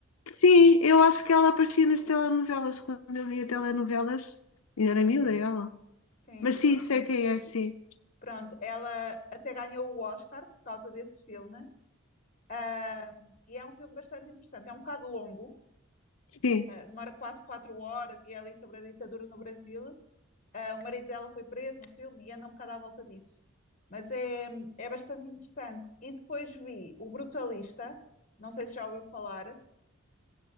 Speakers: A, on the left; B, on the left.
A: sim, eu acho que ela aparecia nas telenovelas, quando eu via telenovelas, ainda era miúda ela.
B: Sim.
A: Mas sim, sei quem é, sim.
B: Pronto, ela até ganhou o Oscar por causa desse filme, ahm, e é um filme bastante interessante. É um bocado longo,
A: Sim,
B: ah, demora quase quatro horas e é ali sobre a ditadura no Brasil. Ah, o marido dela foi preso no filme e anda um bocado à volta disso. Mas é, é bastante interessante. E depois vi O Brutalista, não sei se já ouviu falar.